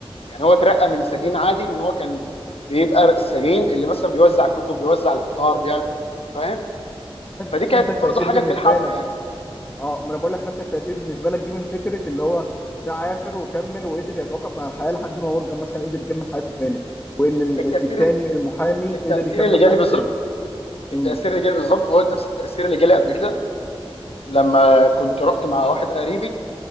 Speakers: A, on the left; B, on the left.
A: يعني هو اترقى من سجين عادي ان هو كان بيبقى السجين اللي مثلا بيوزع كتب بيوزع الفطار بيعمل فاهم
B: فأن-
A: فدي كانت
B: فانت التاثير
A: برضو حاجه
B: بالنسبه
A: في الحبكه
B: لك
A: يعني
B: اه ما انا بقول لك فانت التاثير بالنسبه لك جه من فكره اللي هو ده عافر وكمل وقدر يتعاقب مع الحياه لحد ما مورجان مثلا قدر يكمل حياته تاني وان ال-
A: التاثير
B: التاني المحامي
A: التاثير
B: قدر يكمل
A: اللي جالي
B: حياته
A: بالظبط
B: تاني
A: التأثير
B: امم
A: اللي جالي بالظبط هو نفس التأثير اللي جالي قبل كده لما كنت رحت مع واحد قريبي